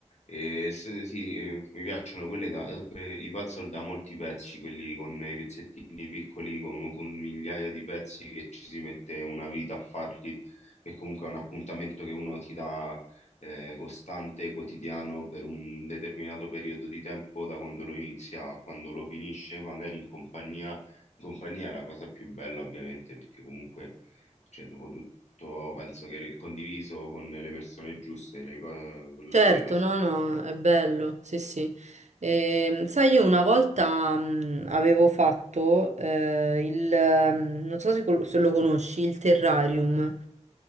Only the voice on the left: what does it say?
E se- sì, eh, mi piacciono quelle da, eh, que- i puzzle da molti pezzi, quelli con i pezzettini piccoli, con, con migliaia di pezzi che ci si mette una vita a farli, che comunque è un appuntamento che uno si dà eh, costante, quotidiano per un determinato periodo di tempo, da quando lo inizia a quando lo finisce, magari in compagnia. In compagnia è la cosa più bella, ovviamente, perché comunque, cioè, dopo tutto, penso che condiviso con le persone giuste, le, co- le
cose...